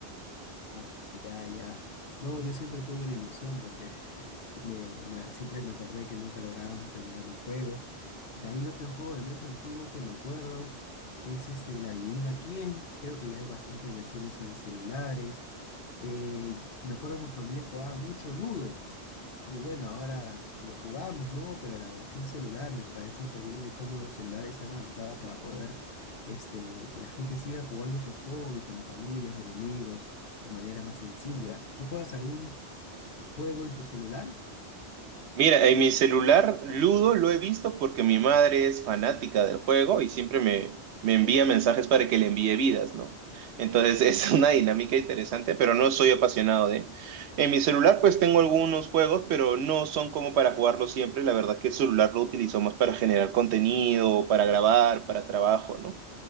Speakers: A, on the left; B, on the right.
A: Ah, ya, ya. No, yo siempre tuve la ilusión porque <laughs> me, me- siempre me acordé que nunca lográbamos terminar un juego. De ahí otro juego de mesa antiguo que me acuerdo es este, La Adivina Quién. Creo que ya hay bastantes versiones en celulares. Eh, me acuerdo que en familia jugaba mucho Ludo. Y bueno, ahora lo jugamos, ¿no? Pero la versión celular me parece increíble cómo los celulares se han adaptado para poder este, que la gente siga jugando esos hobbies en familias, en amigos, de manera más sencilla. ¿Tú juegas algún juego en tu celular?
B: Mira, en mi celular Ludo lo he visto porque mi madre es fanática del juego y siempre me, me envía mensajes para que le envíe vidas, ¿no? Entonces <laughs> es una dinámica interesante, pero no soy apasionado de... En mi celular pues tengo algunos juegos, pero no son como para jugarlo siempre. La verdad que el celular lo utilizo más para generar contenido, para grabar, para trabajo, ¿no?